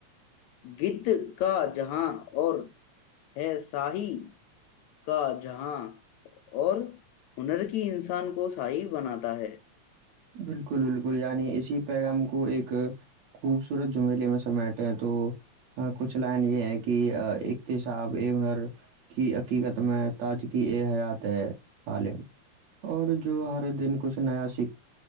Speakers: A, on the left (about 80°); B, on the right (about 70°).
A: گت کا جہاں اور ہے شاہی کا جہاں اور ہنر کی انسان کو شاہی بناتا ہے
B: بالکل بالکل یعنی اسی پیغام کو ایک خوبصورت جملیے میں سمیٹے تو کچھ لائن یہ ہے کہ اقتصاب اے ہنر کی حقیقت میں تاج کیی اے حیات ہے عالم اور جو ہر دن کچھ نیا سھ